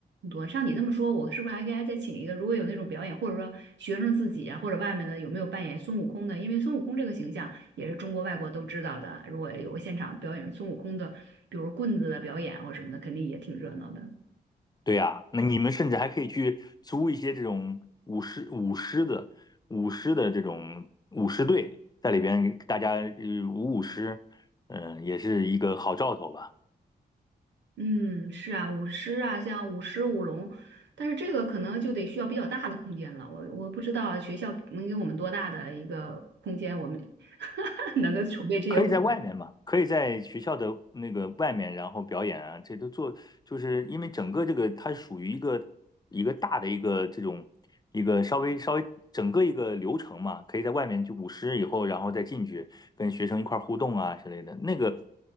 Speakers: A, on the right (about 80°); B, on the left (about 20°).
A: 多。像你这么说，我是不是还应该再请一个？如果有那种表演，或者说学生自己啊，或者外面的有没有扮演孙悟空的？因为孙悟空这个形象也是中国外国都知道的，如果有个现场表演孙悟空的，比如棍子的表演或什么的，肯定也挺热闹的。
B: 对呀，那你们甚至还可以去租一些这种舞狮、舞狮的、舞狮的这种舞狮队，在里边给大家呃舞舞狮，嗯、也是一个好兆头吧。
A: 嗯，是啊，舞狮啊，像舞狮、舞龙，但是这个可能就得需要比较大的空间了。我我不知道学校能给我们多大的一个空间，我们 <laughs> 能够筹备这些活动。
B: 可以在外面嘛，可以在学校的那个外面，然后表演啊，这都做，就是因为整个这个它属于一个一个大的一个这种一个稍微稍微整个一个流程嘛，可以在外面就舞狮以后，然后再进去跟学生一块儿互动啊之类的。那个